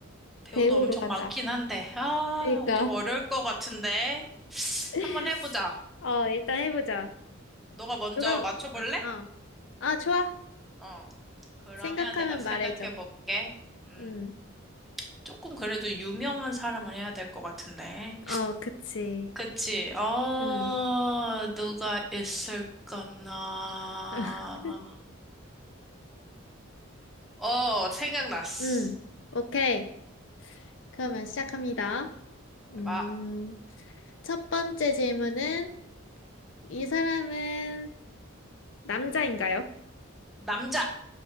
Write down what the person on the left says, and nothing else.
배우로
하자.
그니까.
<laughs>
어, 일단 해보자.
누가,
아, 어. 아, 좋아.
생각하면
말해줘.
응.
어, 그치.
응.
<laughs>
응. 오케이. 그러면 시작합니다. 음,
첫 번째 질문은 이 사람은 남자인가요?